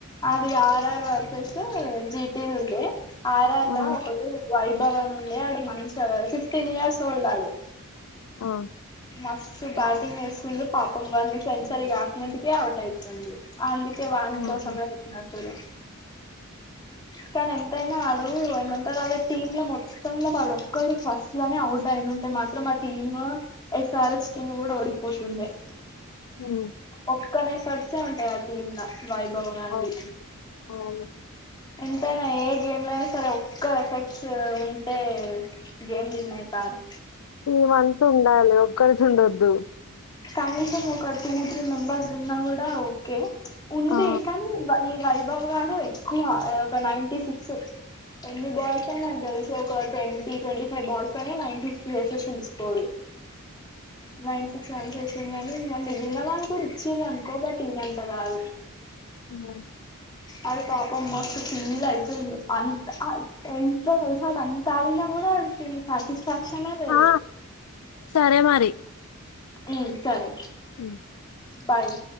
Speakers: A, on the left; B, on the left.
A: అది ఆర్ ఆర్ వర్సెస్ జీటి ఉండే ఆర్ ఆర్
B: ఆ
A: ల ఒకళ్లు వైబ్ బలే ఉండే ఆడు మంచిగా సిక్స్టీన్ ఇయర్స్ ఓల్డ్ ఆడు
B: ఆ
A: మస్తు బ్యాటింగ్ వేస్తుండు పాపం వంది సెంచరీ కాకముందుకే అవుట్ అయిపోఇండు అయితే వాని
B: ఆహా,
A: కోసమే పెట్టినట్టుర్రు కానీ ఎంతైనా రు ఏమంతే వాళ్ళ టీమ్ లో మొత్తంల వాడు ఒక్కడు ఫస్ట్ లోనే అవుట్ అయ్యుంటే మాత్రం ఆ టీమ్ ఎస్ఆర్ఎస్న్ కూడా ఓడిపోతుండే
B: ఉ
A: ఒక్క నేఫర్సే ఉంటాయి ఆ టీమ్ ల వైభవ గాంధి
B: అవును అవును
A: ఎంతైనా ఏ గేమ్ లో అయినా సరే ఒక్కరు ఎఫెక్ట్స్ ఉంటే గేమ్ విన్ ఐతారు
B: టీమ్ అంత ఉండాలి ఒక్కరిది ఉండొద్దు
A: కనీసం ఒక టూ త్రీ మెంబర్స్ ఉన్నా కూడా ఓకే ఉంది
B: ఆ
A: కానీ ఈ వయ బాబు గారు ఎక్కువ ఒక ninety six boys and girls ఒక ట్వంటీ ట్వంటీ ఫైవ్ బాల్స్ తోని నైటి సిక్స్ చేసేసిండు కో నైటి సిక్స్ సైన్ చేసింది కానీ న మిగిలిన వాళ్ళు ఇప్పుడు ఇచ్చింది అనుకో బట్ ఈ నైన్ పదాలు
B: ఉ
A: అది పాపం మస్తు ఫీల్ అవుతుంది అంటే వాడు అంత ఆడిన కూడా సాటిస్ఫాక్షన్ ఏ లేదు
B: ఆ, సరే మరి
A: ఉ సరే
B: అ
A: బాయ్